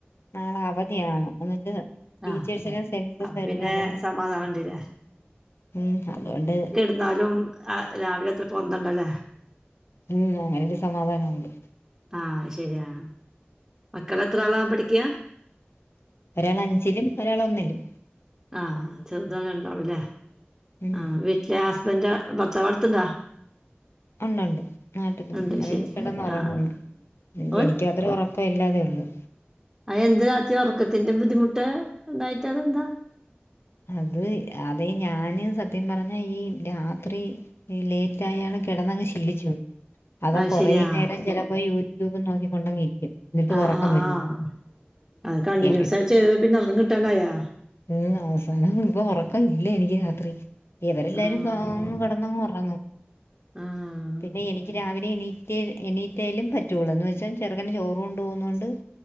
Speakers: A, on the left; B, in the centre.
A: നാളെ അവധിയാണ്. എന്ന്വച്ച് ടീച്ചേഴ്സെല്ലാം
B: ആഹ്
A: സെൻസസ്
B: അപ്പൊ
A: എടുക്കാം
B: പിന്നെ
A: പോകുന്നു.
B: സമാധാനണ്ട്ല്ലേ
A: ഉം അതൊണ്ട്.
B: ന്നാലും അ രാവിലെ അത്ര പൊന്ന്തണ്ടല്ലേ?
A: ഉം അങ്ങനെഞി സമാധാനുണ്ട്.
B: ആഹ ശരിയാ മക്കളത്ര ആളാ പഠിക്ക?
A: ഒരാള അഞ്ചിലും, ഒരാള്ഒന്നിലും.
B: ആ ചെറുതാണ് രണ്ടാളുംല്ലേ?
A: ഉം
B: ആ വീട്ടിലെ ഹസ്ബൻ്റ് ഭർത്താവ് അടുത്തുണ്ടോ?
A: ഉണ്ടണ്ട് നാട്ടിൽതന്ന്
B: ഉണ്ട്
A: അയാൾ
B: ശരി
A: കിടന്ന് ഉറങ്ങുന്നു
B: ആഹ് ഓയ്
A: എനിക്ക് ഒരു ഉറക്കം ഇല്ലാതെ ഉള്ളൂ.
B: അ എന്ത് രാത്രി ഉറക്കത്തിന്റെ ബുദ്ധിമുട്ട് ഉണ്ടായിട്ട അതെന്താ?
A: അത്, അതെ, ഞാന് സത്യം പറഞ്ഞ, ഈ രാത്രി- ഈ ലേറ്റായാണ് കിടന്നങ്ങ് ശീലിച്ചു പോയി. അതാ
B: അത്
A: കുറേ
B: ശരിയാ
A: നേരം ചിലപ്പോ യൂട്യൂബ് നോക്കിക്കൊണ്ട്ങ്ങ് ഇരിക്കും. എന്നിട്ട്
B: ആഹ
A: ഉറക്കം
B: ആഹ
A: വരൂല
B: ആഹ അകണ്ടിന്യൂസ്
A: എവരെ
B: ആയിചെയ്ത് പിന്നെ ഒന്നും കിട്ടാണ്ടായാ.
A: ഉം അവസാനവുമ്പം ഉറക്കം ഇല്ല എനിക്ക് രാത്രി. ഇവരെല്ലാരും
B: ആഹ്
A: പാവങ്ങും കിടന്നങ്ങും ഉറങ്ങും.
B: ആഹ്
A: പിന്നെ എനിക്ക് രാവിലെ എണീ - റ്റെ എണീറ്റാലും പറ്റുള്ളൂ. എന്ന് വെച്ചാൽ ചെറുക്കന് ചോറ് കൊണ്ട് പോകുന്നുകൊണ്ട്-